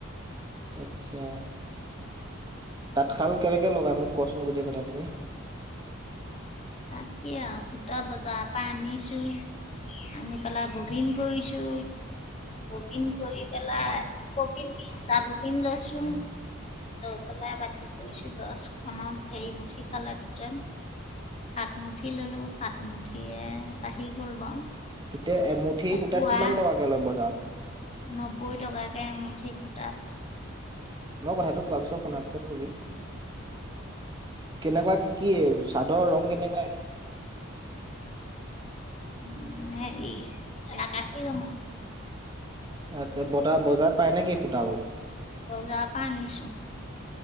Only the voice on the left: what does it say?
তাত কি আৰু সূতা বজাৰ পৰা আনিছো, আনি পেলাই ববিন কৰিছো, ববিন কৰি পেলাই ববিন বিশটা ববিন লৈছো, লৈ পেলাই বাতি কৰিছো দছখনত হেৰি মুঠি খালে টুটেল। সাত -মুঠি ললো সাতমুঠিয়ে বাঢ়ি গল বাৰু।
পুৱা
নব্বৈ টকাকে এমুঠি সুতাত।
উম ', হেৰি আকাশী - ৰঙৰ।
বজাৰৰ পৰা আনিছো